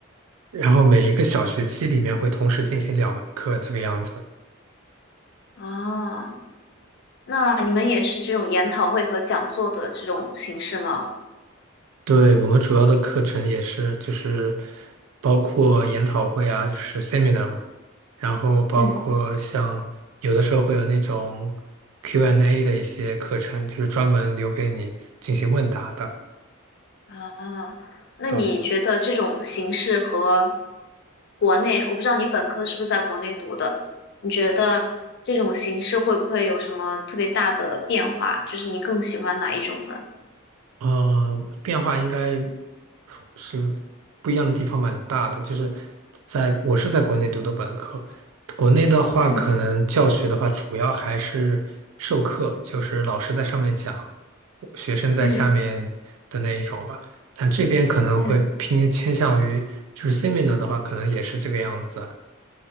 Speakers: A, on the right; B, on the left.
A: 然后每一个小学期里面会同时进行两门课这个样子。
B: 啊，那你们也是这种研讨会和讲座的这种形式吗？
A: 对，我们主要的课程也是就是包括研讨会啊，就是 seminar 嘛，然后包括像有的时候会有那种
B: 嗯，
A: Q&A 的一些课程，就是专门留给你进行问答的。
B: 啊，那你觉得这种形式和
A: 对，
B: 国内，我不知道你本科是不是在国内读的，你觉得这种形式会不会有什么特别大的变化？就是你更喜欢哪一种呢？
A: 呃，变化应该是不一样的地方蛮大的，就是在我是在国内读的本科，国内的话，
B: 嗯
A: 可能教学的话，主要还是授课，就是老师在上面讲，学生在下面的那一种吧。
B: 嗯
A: 但这边可能会偏倾向于，
B: 嗯
A: 就是 seminar 的话，可能也是这个样子啊